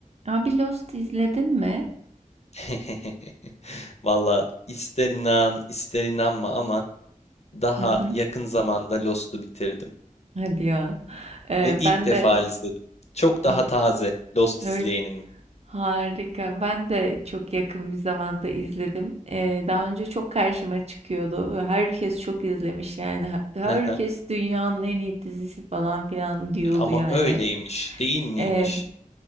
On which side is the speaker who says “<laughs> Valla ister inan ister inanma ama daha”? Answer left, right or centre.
Left